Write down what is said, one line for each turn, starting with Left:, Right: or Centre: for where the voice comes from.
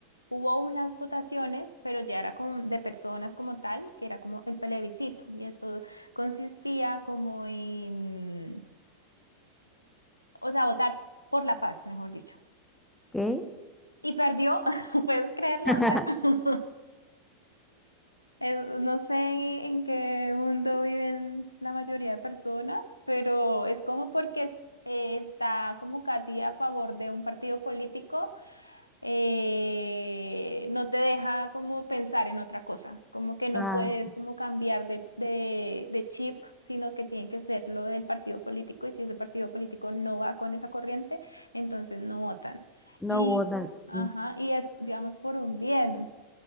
Left: hubo unas votaciones, pero ya era con, de personas como tal, que era como el plebiscito, y esto consistía como en, o sea, votar por la paz, mejor dicho.
Centre: Ok.
Left: Y perdió, <laughs> ¿puedes creerlo?
Centre: <laughs>
Left: O sea, <laughs> Es- no sé en qué mundo viven la mayoría de personas, pero es como porque es- eh, está como casi a favor de un partido político, eh, no te deja como pensar en otra cosa, como que no
Centre: Ah,
Left: puedes como cambiar de, de, de chip, sino que tiene que ser lo del partido político y si ese partido político no va con esa corriente, entonces no votan.
Centre: no
Left: Y,
Centre: votan, sí.
Left: ajá, y es, digamos, por un bien.